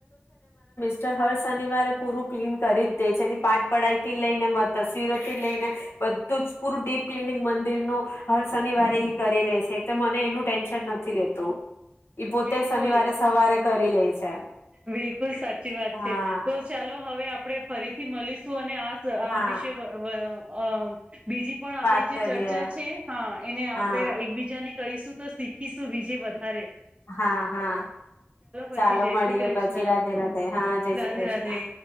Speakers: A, on the left (about 65°); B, on the right (about 25°).
A: જ હર શનિવારે પૂરું ક્લીન કરી જ દે છે, એની પાઠ પઢાઈ થી લઈને મ તસવીરો થી લઈને બધું જ પૂરું ડીપ ક્લીનિંગ મંદિરનું હર શનિવારે કરી ઈ લે છે. એટલે મને એનું ટેન્શન નથી રહેતું. ઈ પોતે
B: બિલકુલ
A: શનિવારે સ કરી લે છે.
B: બિલકુલ સાચી વાત
A: હા
B: છે. તો ચાલો હવે આપડે ફરીથી મલીશું અન અને આજ આ
A: હા
B: વિશે વ વ અહ બીજી પણ આપડી
A: વાત
B: જે
A: કરીએ
B: ચર્ચા છે, હા એને
A: હા
B: આપણે એકબીજાને કરીશું. તો શીખીશું બીજી વધારે.
A: હા, હા ચાલો
B: પછી જય
A: મળ
B: શ્રી
A: પ્રિય
B: કૃષ્ણ
A: પછી રાધે રાધે હા જય
B: રાધે
A: શ્રી કૃષ્ણ.
B: રાધે